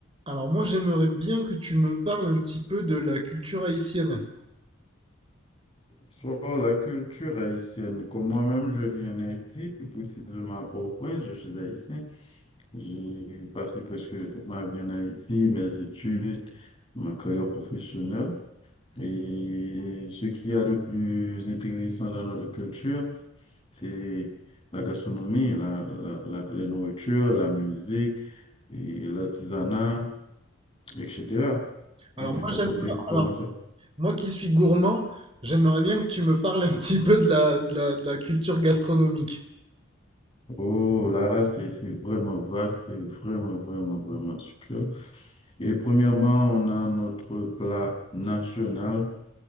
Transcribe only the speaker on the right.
Alors moi, j'aimerais bien que tu me parles un petit peu de la culture haïtienne.
Alors
moi,
j'aime,
alors
moi qui suis gourmand, j'aimerais bien que tu me parles un petit peu de la, de la, de la culture gastronomique.